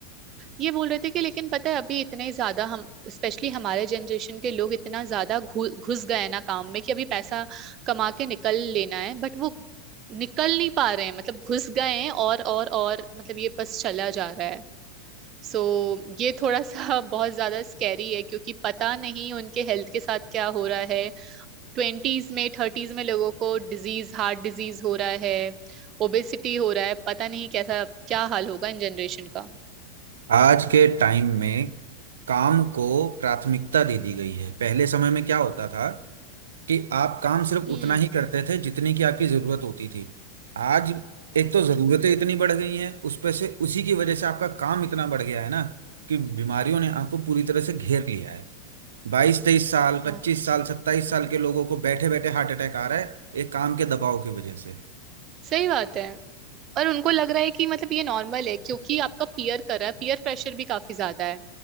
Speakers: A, on the right (about 30°); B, on the right (about 65°).
A: ये बोल रहे थे कि लेकिन पता है अभी इतने ज्यादा हम स्पेशली हमारे जनरेशन के लोग इतना ज्यादा घु- घुस गए हैं ना काम में कि अभी पैसा कमा के निकल लेना है बट वो निकल नहीं पा रहे हैं मतलब घुस गए हैं और और और मतलब ये बस चला जा रहा है सो ये थोड़ा सा <laughs> बहुत ज्यादा स्कैरी है क्योंकि पता नहीं उनके हेल्थ के साथ क्या हो रहा है ट्वेंटीज में थर्टीज में लोगों को डिजीज हार्ट डिजीज हो रहा है ओबेसिटी हो रहा है पता नहीं कैसा क्या हाल होगा इन जनरेशन का
B: आज के टाइम में काम को प्राथमिकता दे दी गई है पहले समय में क्या होता था कि आप काम सिर्फ
A: हम्म
B: उतना ही करते थे जितने की आपकी जरूरत होती थी आज एक तो जरूरतें इतनी बढ़ गई हैं उस पर से उसी की वजह से आपका काम इतना बढ़ गया है ना कि बीमारियों ने आपको पूरी तरह से घेर लिया है बाईस तेईस साल
A: हाँ
B: पच्चीस साल सत्ताईस साल के लोगों को बैठे बैठे हार्ट अटैक आ रहा है एक काम के दबाव की वजह से
A: सही बात है और उनको लग रहा है कि मतलब ये नॉर्मल है क्योंकि आपका पीयर कर रहा है पीयर प्रेशर भी काफी ज्यादा है